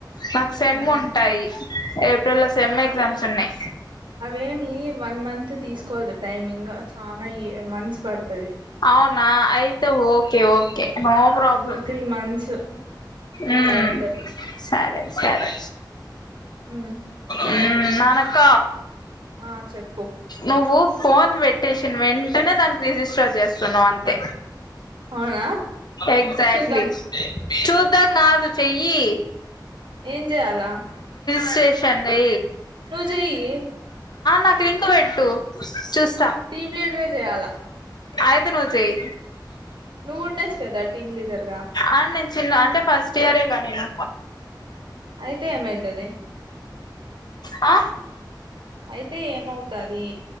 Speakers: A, on the left; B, on the right.
A: నాకు సెమ్
B: మ్మ్
A: ఉంటాయి ఏప్ ఏప్రిల్ లో సెమ్ ఎగ్జామ్స్ ఉన్నాయి
B: అవేమి వన్ మంత్ తీసుకోదు టైమ్ ఇంకా చాలా ఇయ మంత్స్ పడుతది
A: అవునా అయితే okay okay okay no problem
B: two three months అట్లా
A: ఉ
B: పడుతది
A: సరే సరే
B: మ్మ్
A: ఉ నానక్క
B: ఆ చెప్పు
A: నువ్వు ఫోన్ పెట్టే షిన వెంటనే దాని రిజిస్టర్ చేస్తున్నావు అంతే
B: అవునా
A: ఎక్జా
B: చూద్దాం
A: ట్లీ చూద్దాం నాది చెయ్యి
B: ఏం చేయాలా
A: స్టేషన్ ది
B: నువు జెయ్యి
A: నాకు లింకు పెట్టు చూస్
B: టీమ్ లీడరే చేయాలా
A: ఐతే నువు జెయ్యి
B: నువ్వు ఉండొచ్చు కదా టీమ్ లీడర్గా
A: ఆ నేను చిన్న అంటే ఫస్ట్ ఇయరేగా నేను
B: అయితే ఏమైతది
A: ఆ
B: అయితే ఏమవుతది